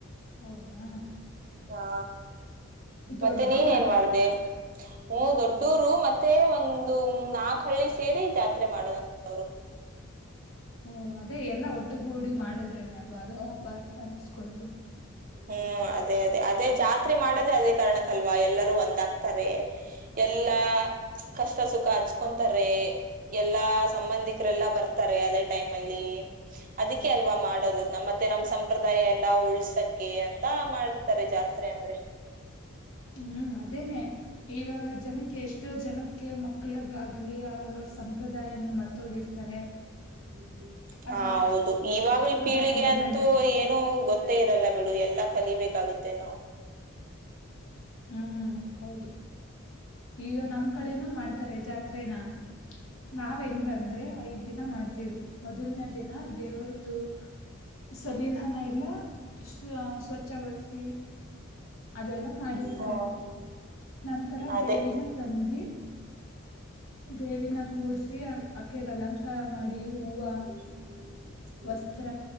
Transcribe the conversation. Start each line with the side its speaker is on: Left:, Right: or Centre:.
Left: ಹೌದಾ
Right: ಹಾ
Left: ದೊಡ್ಡ
Right: ಮತ್ತೆ ನೀನ್
Left: ಊರಾ
Right: ಏನ್ ಮಾಡ್ದ ಹ್ಮ ದೊಡ್ಡ್ <unintelligible> ರು ಮತ್ತೆ ಒಂದು ನಾಕ್ ಹಳ್ಳಿ ಸೇರಿ ಜಾತ್ರೆ ಮಾಡದಂತೆ ಅವರು.
Left: ಹು ಅದೇ ಎಲ್ಲ ಒಟ್ಟುಗೂಡಿ ಮಾಡುದ್ರೇನೆ ಅಲ್ವಾ ಅದ್ ಹಬ್ಬಾ ಅಂತ ಅನ್ನಸ್ಕೊಳ್ಳೋದು.
Right: ಹ್ಮ್ ಅದೇ ಅದೇ ಅದೇ ಜಾತ್ರೆ ಮಾಡದೇ ಅದೇ ಕಾರಣಕ್ಕಲ್ವಾ ಎಲ್ಲರೂ ಒಂದಾಗ್ತಾರೆ. ಎಲ್ಲಾ ಕಷ್ಟ ಸುಖ ಹಚ್ಕೊಂತಾರೆ. ಎಲ್ಲಾ ಸಂಬಂಧಿಕರೆಲ್ಲಾ ಬರ್ತಾರೆ ಅದೇ ಟೈಮ್ಮಲ್ಲೀ. ಅದಕ್ಕೆ ಅಲ್ವಾ ಮಾಡೋದು ನಮ್ಮ್ ಮತ್ತೆ ನಮ್ ಸಂಪ್ರದಾಯ ಎಲ್ಲಾ ಉಳ್ಸಕ್ಕೆ ಅಂತ ಮಾಡರ್ತಾರೆ ಜಾತ್ರೆ ಅಂದ್ರೆ.
Left: ಹ್ಮ್ ಅದೇನೇ ಇವಾಗ ಜನಕ್ಕೆ ಎಷ್ಟೋ ಜನ <unintelligible> ಕೆ ಮಕ್ಳಗಾಗಲಿ ಅವ್ರವ್ರ ಸಂಪ್ರದಾಯನೇ ಮರ್ತೋಗಿರ್ತಾರೆ.
Right: <unintelligible>
Left: ಆ
Right: ಹ ಹೌದು ಇವಾಗಿನ್
Left: ಸಂಪ್ರದಾಯನೆಲ್ಲ
Right: ಪೀಳಿಗೆ ಅಂತೂ
Left: ನೆನ್
Right: ಏನು ಗೊತ್ತ್ <unintelligible> ತ್ತೇ ಇರಲ್ಲ ಬಿಡು ಎಲ್ಲಾ ಕಲಿಬೇಕಾಗುತ್ತೆ ನಾವು.
Left: ಹ್ಮ್ ಹೌದು ಈಗ ನಮ್ ಕಡೆನೂ ಮಾಡ್ತಾರೆ ಜಾತ್ <unintelligible> ರೇನಾ ನಾವ್ ಹೆಂಗ್ ಅಂದ್ರೆ ಐದ್ ದಿನ ಮಾಡ್ತೀವಿ. ಮೊದಲನೇ ದಿನ ದೇವ್ರ್ದು. ಸನ್ನಿಧಾನ ಎಲ್ಲ ಸ್ ಸ್ವಚ್ಛಗೊಳಿಸಿ ಅದೆಲ್ಲಾ ಮಾಡಿರ್ತ
Right: ಹ್ಮ್
Left: ನಂತರ
Right: ಅದೇ
Left: ದೇವಿನ ತಂದಿ. ದೇವಿನ ಕೂರ್ಸಿ ಆಕೆಗೆ ಅಲಂಕಾರ ಮಾಡಿ ಹೂವ.
Right: <inaudible>
Left: ವಸ್ತ್ರ